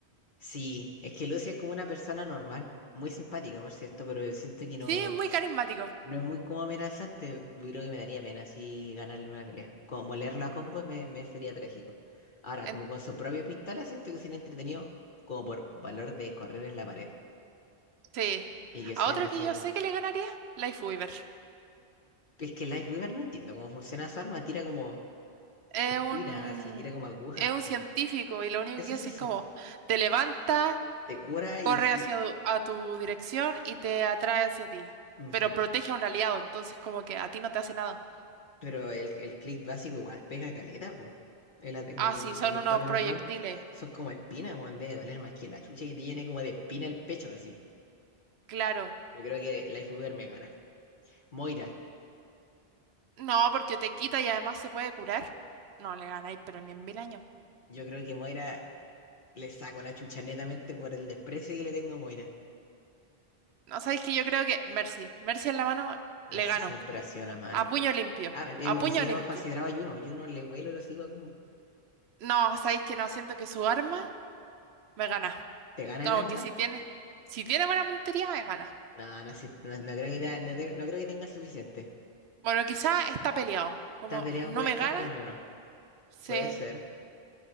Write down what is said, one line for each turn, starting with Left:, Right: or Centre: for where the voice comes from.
Left: Sí, es que Lucy es como una persona normal, muy simpática, por cierto, pero siento que no,
Right: Sí, es muy carismático.
Left: no es muy como amenazante. Yo creo que me daría pena si ganarle una pelea. Como molerla a combo me, me sería trágico. Ahora,
Right: En-
Left: como con su propia pistola, siento que sería entretenido como por valor de correr en la pared.
Right: sí.
Left: Y que
Right: A
Left: suene
Right: otro
Left: así
Right: que
Left: el...
Right: yo sé que le ganaría, Life Weaver.
Left: Es que Weaver no entiendo cómo funciona su arma, tira como
Right: es
Left: espinas,
Right: un,
Left: así, tira como agujas,
Right: es un
Left: pero
Right: científico y lo único
Left: eso
Right: que hace
Left: sí se
Right: es como te levanta,
Left: te cura
Right: corre
Left: y sí.
Right: hacia tu- a tu dirección y te atrae hacia ti,
Left: Ujú.
Right: pero protege a un aliado, entonces como que a ti no te hace nada.
Left: Pero el, el clic básico igual pega caleta, po. El, ate- como
Right: Ah,
Left: el,
Right: sí, son
Left: el disparo
Right: unos
Left: normal.
Right: proyectiles,
Left: Son como espinas, weón. Debe doler más que la chucha y te llena como de espina el pecho, así.
Right: claro.
Left: Yo creo que Life Uber me gana. Moira.
Right: No, porque te quita y además se puede curar. No le ganáis, pero ni en mil años.
Left: Yo creo que Moira le saco la chucha netamente por el desprecio que le tengo a Moira.
Right: No sabéis que yo creo que Mercy, Mercy en la mano
Left: A
Right: le
Left: ver si
Right: ganó.
Left: siempre ha sido la mano.
Right: A puño limpio,
Left: Ah, ni,
Right: a
Left: ni
Right: puño
Left: siquiera
Right: limpio.
Left: hemos considerado a Juno. Juno le vuelo lo sigo a Kumbo.
Right: No, sabéis que no, siento que su arma me gana.
Left: ¿Te gana
Right: Como
Left: el arma?
Right: que si tiene, si tiene buena puntería, me gana.
Left: No, no, si- no, no creo que, te- no te- no creo que tenga suficiente.
Right: Bueno, quizá está peleado.
Left: Esta
Right: Como
Left: pelea
Right: no
Left: puede
Right: me
Left: estar
Right: gana,
Left: con Juno.
Right: se...
Left: Puede ser.